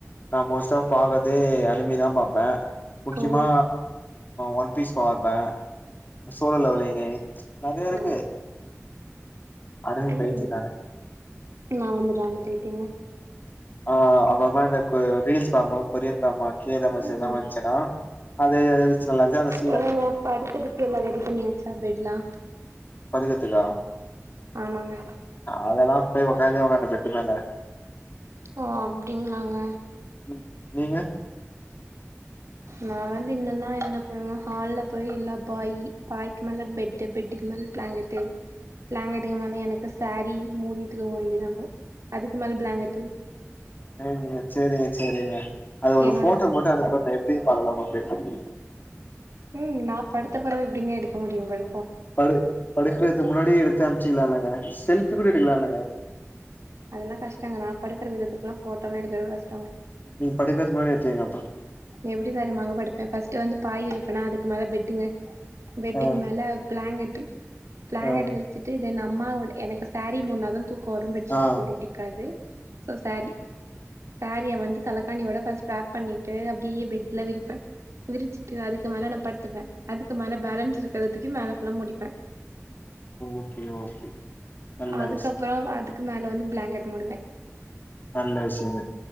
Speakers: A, on the left; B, on the right.
A: நா மோஸ்டா பாக்குறதே அனிமிதா பாப்பே முக்கியமா
B: ஓ
A: ஒன் பீஸ் பாப்ப சோழலலவலிங்கே நிறைய இருக்கு
B: ஓ
A: அனிமி
B: ம்
A: பைத்திய நானு
B: நா வந்து டிராமா பைத்தியங்க
A: ஆ அப்புறம இந்த ரீல்ஸ் பாக்கும்போது கொரியன் ட்ராமாஸ் கே ட்ராமாஸ்
B: ம்
A: எதனா வந்துச்சன்னா அது அது வச்ச நா அஞ்ச கிளாஸ்
B: ஏன்னங்க படுக்கதுக்கு எல்லா ரெடி பண்ணியாச்சா பெட் எல்லா
A: படுக்கதுகா
B: ஆமாங்க
A: அதெல்லா போயி உக்காந்தே உக்காண்ட பெட்டு மேல
B: ஓ ஆப்டிங்கலாங்க
A: ம் நீங்க
B: நா வந்து இன்னென்னா என்ன பண்ணணுவ ஹால்ல போய் எல்லா பாய் பாய்க்க மேலே பெட்டு பெட்டுக்கு மேல பிளாங்கட் டு பிளாங்கட்டுக்கு மேல எனக்கு சரி மூடிட்டு தூங்க வேண்டியது தா அப்புறம் அதுக்கு மேல பிளாங்கட்டு
A: சேரிங்க செரிங்க செரிங்க அது ஒரு
B: என்னோட
A: ஃபோட்டோ மட்டு அனுப்புங்க எப்டியு பாக்கலமா <unintelligible>
B: ம் நா படுத்த பொடவ எப்டிங்க எடுக்க முடியுங்கள்
A: படு படுக்கற்துக்கு முன்னாடி எடுத்து அம்ச்சிக்கலா இல்லங்க செல்ஃபி கூட எடுக்கலா இல்லங்க
B: அதெல்லா கஷ்டங்கறா படுக்கற விதத்துக்லா ஃபோட்டோல்லா எடுக்கறது கஷ்டோங்க
A: நீங் படுக்கற்து முன்னாடி எடுத்து வைங்க அப்ப
B: எப்டி வேணு மாங்க படுப்ப ஃபஸ்ட்டு வந்து பாய் இருக்குனா அதுக்கு மேல பெட்டுங்க பெட்டுக்கு
A: ஆ
B: மேல பிளாங்கட்டு பிளாங்கட்
A: ஆ
B: விரிச்சி ட்டு இது நம்ம எனக்கு சேரீ மூட்னா தா தூக்க வரு பெட்ஷீட்
A: ஆ
B: போட்டு புடிக்காது சோ சேரீ சேரீய வந்து தலகாணி ஒட ஃபஸ்ட் ராப் பண்ணிட்டு அப் டியே பெட்ல விரிப்ப விரிச்சிட்டு அதுக்கு மேல நா படுத்துப்பே அதுக்கு மேல பேலன்ஸ் இருக்கறதுக்கு மேல ஃபுல்லா முடிப்பே
A: ஓகே ஓகே நல்ல
B: அதுக்கப்புறோ
A: விஷ்
B: அதுக்கு மேல வந்து பிளாங்கட் முடுவே
A: நல்ல விஷ்யங்க